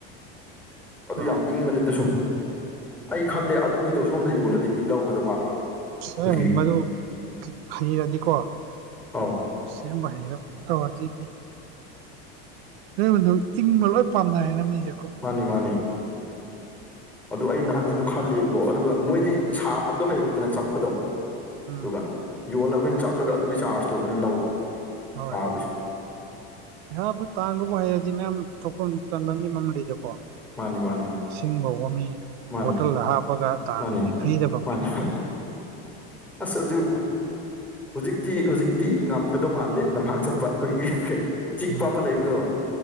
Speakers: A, in the centre; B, on the right.
A: ꯑꯗꯨ
B: ꯑꯣ
A: ꯌꯥꯝ ꯏꯪꯕꯅꯤ ꯑꯗꯨꯁꯨ ꯑꯩ ꯈꯜꯂꯦ ꯑꯗꯨꯒꯤꯗꯣ ꯁꯣꯝꯗ ꯌꯣꯜꯂꯗꯤ ꯃꯤ ꯂꯧꯒꯗꯕ ꯃꯥꯜꯂꯦ ꯑꯩꯈꯣꯏꯒꯤ
B: ꯁ ꯍ ꯃꯗꯨ ꯍꯩꯔꯗꯤꯀꯣ
A: ꯑꯧ
B: ꯁꯦꯝꯕ ꯍꯩꯔ ꯇꯧꯔꯗꯤ ꯃꯤꯑꯣꯏꯕꯗꯣ ꯏꯪꯕ ꯂꯣꯏ ꯄꯥꯝꯅꯔꯦꯅ ꯃꯤꯁꯦꯀꯣ
A: ꯃꯥꯅꯤ ꯃꯥꯅꯤ ꯑꯗꯨ
B: ꯑꯗꯨꯅ
A: ꯑꯩ ꯅꯍꯥꯟ ꯑꯗꯨ ꯈꯂꯕꯀꯣ ꯑꯗꯨꯒ ꯃꯣꯏꯗꯤ
B: ꯎꯝ
A: ꯁꯥꯕꯗꯣ ꯍꯩꯔꯣꯏꯏꯗꯅ ꯆꯠꯄꯗꯣ
B: ꯎꯝ
A: ꯑꯗꯨꯒ ꯌꯣꯜꯂꯒ ꯑꯩꯈꯣꯏꯅ ꯆꯞꯂꯒ ꯑꯗꯨꯒꯤ ꯆꯥꯔꯖꯇꯣ ꯑꯩꯈꯣꯏꯅ ꯂꯧꯕ
B: ꯍꯣꯏ
A: ꯁꯥꯕꯩꯁꯨ
B: ꯄꯩꯁꯥꯕꯨꯨ ꯇꯥꯟꯕꯕꯨ ꯍꯩꯔꯗꯤ ꯃꯌꯥꯝ ꯊꯣꯛꯐꯝ ꯇꯥꯟꯕꯝꯗꯤ ꯃꯌꯥꯝ ꯂꯩꯗꯀꯣ
A: ꯃꯥꯅꯤ ꯃꯥꯅꯤ
B: ꯏꯁꯤꯡ ꯐꯥꯎꯕ ꯃꯤ
A: ꯃꯥꯅꯤ
B: ꯕꯣꯇꯜꯗ ꯍꯥꯞꯄꯒ ꯇꯥꯜꯂꯤꯃꯤ
A: ꯃꯥꯅꯤ
B: ꯐ꯭ꯔꯤꯗ ꯐꯪꯕꯁꯤꯡꯗ
A: ꯃꯥꯅꯤ ꯃꯥꯅꯤ ꯑꯁ ꯑꯗꯨ ꯍꯧꯖꯤꯛꯇꯤ ꯍꯧꯖꯤꯛꯇꯤ ꯉꯝꯒꯗꯧ ꯃꯥꯟꯗꯦ ꯂꯝꯍꯥꯡ ꯆꯠ ꯑꯩꯈꯣꯏꯒꯤ
B: ꯎꯝ
A: ꯀꯩ ꯆꯤꯛꯄ
B: ꯎꯝ
A: ꯑꯃ ꯂꯩꯕꯗꯣ